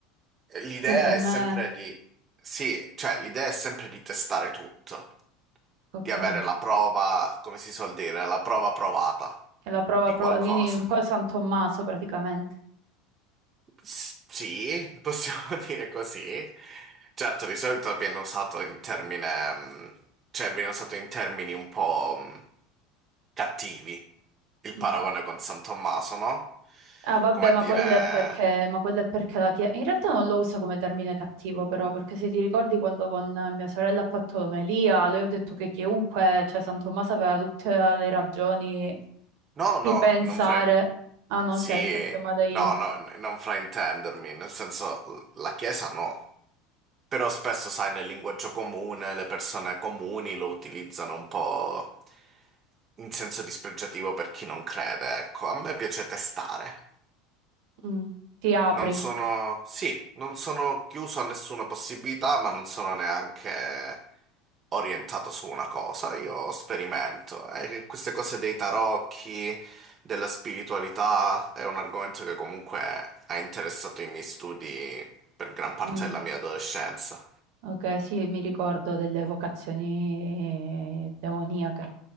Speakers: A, on the right; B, on the right.
A: L'idea
B: Che per
A: è
B: me...
A: sempre di... Sì, cioè l'idea è sempre di testare tutto.
B: Ok.
A: di avere
B: È
A: la prova, come si suol dire, la prova provata
B: la prova,
A: di
B: prova...
A: qualcosa.
B: Quindi un po' San Tommaso praticamente.
A: S- sì, possiamo <laughs> dire così. Certo, di solito viene usato in termine, mm, cioè viene usato in termini un po' mm, cattivi, il
B: Mm.
A: paragone con San Tommaso, no?
B: Ah, vabbè,
A: Come a
B: ma
A: dire,
B: quello è perché, ma quello è perché la Chiesa... In realtà non lo usa come termine cattivo, però, perché se ti ricordi quando con mia sorella ha fatto l'omelia, le ho detto che chiunque, cioè San Tommaso aveva tutte le ragioni
A: no,
B: di
A: no,
B: pensare,
A: non fra...
B: ah no,
A: Sì,
B: che ho capito male io.
A: no, no, n- non fraintendermi, nel senso, la Chiesa no. Però spesso, sai, nel linguaggio comune le persone comuni lo utilizzano un po' in senso dispregiativo per chi non crede, ecco. A me piace testare.
B: Mm, Ti apri.
A: Non sono, sì, non sono chiuso a nessuna possibilità, ma non sono neanche orientato su una cosa. Io sperimento. E che queste cose dei tarocchi, della spiritualità, è un argomento che comunque ha interessato i miei studi per gran parte
B: Mm,
A: della mia adolescenza.
B: Ok, sì, mi ricordo delle vocazioni demoniache.